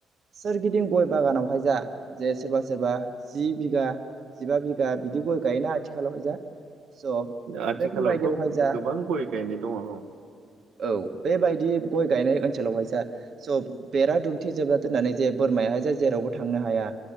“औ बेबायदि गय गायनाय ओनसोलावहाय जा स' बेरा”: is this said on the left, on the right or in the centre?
Right